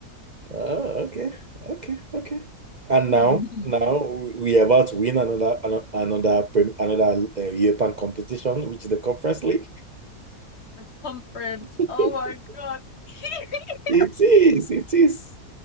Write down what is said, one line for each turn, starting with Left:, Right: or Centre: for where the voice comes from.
Right: Oh, okay, okay, okay. And
Left: <laughs>
Right: now now we we are about to win another another another, prem- another uh, European competition, which is the Conference League.
Left: The conference.
Right: <laughs>
Left: Oh my God. <laughs>
Right: It is, it is.